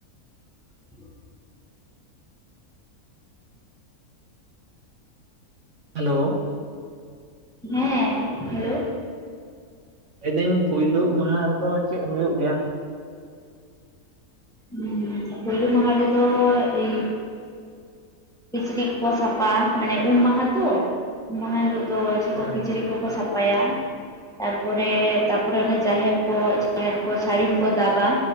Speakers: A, in the centre; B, on the right.
A: <inaudible>
B: ᱦᱮᱞᱳ
A: ᱦᱮᱸ ᱦᱮᱞᱳ
B: ᱞᱟᱹᱭᱫᱟᱹᱧ ᱯᱳᱭᱞᱳ ᱢᱟᱦᱟ ᱨᱮᱫᱚ ᱪᱮᱫ ᱦᱩᱭᱩᱜ ᱜᱮᱭᱟ?
A: ᱦᱩᱸᱻ ᱯᱳᱭᱞᱳ ᱢᱟᱦᱟ ᱨᱮᱫᱚ ᱮᱹᱭ ᱠᱤᱪᱨᱤᱡ ᱠᱚ ᱥᱟᱯᱷᱟ ᱢᱟᱱᱮ ᱩᱢ ᱢᱟᱦᱟ ᱛᱚ ᱩᱢ ᱢᱟᱦᱟ ᱦᱤᱞᱳᱜ ᱫᱚ ᱡᱷᱚᱛᱚ
B: ᱦᱳᱭ
A: ᱠᱤᱪᱨᱤᱡ ᱠᱚᱠᱚ ᱥᱟᱯᱷᱟ ᱯᱟᱭᱟ ᱛᱟᱨᱯᱚᱨᱮ ᱛᱟᱯᱚᱨᱮ ᱚᱱᱟ ᱡᱟᱦᱮᱨ ᱠᱚ ᱡᱟᱦᱮᱨ ᱠᱚ ᱥᱟᱹᱲᱤᱢ ᱠᱚ ᱫᱟᱵᱟ